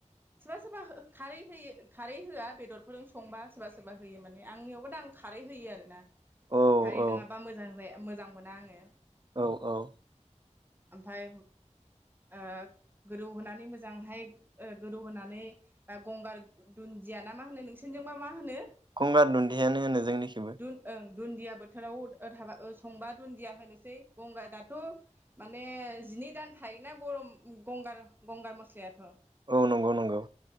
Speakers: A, on the right (about 15°); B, on the right (about 40°).
A: सोरबा सोरबा खारै होयो खारै होआ बेदरफोरजों संबा सोरबा सोरबा होयो माने आंनियावबा दा आं खारै होयो आरो ना।
B: औ
A: खारि
B: औ
A: नङाबा मोजां माने मोजां मोना आङो
B: औ औ
A: ओमफाय ओ गोदौ होनानै मोजांहाय ओ गोदौ होनानै बा गंगार दुन्दिया ना मा होनो नोंसोरजोंबा मा होनो।
B: गंगार दुन्दियानो होनो जोंनिखेबो।
A: दुन ओं दुन्दिया बोथोराव ओ थाब ओ संबा दुन्दिया होनो। जै गंगा दाथ' माने जिनै दान थायोना गरम गंगार गंगार मस्लायाथ'
B: औ नंगौ नंगौ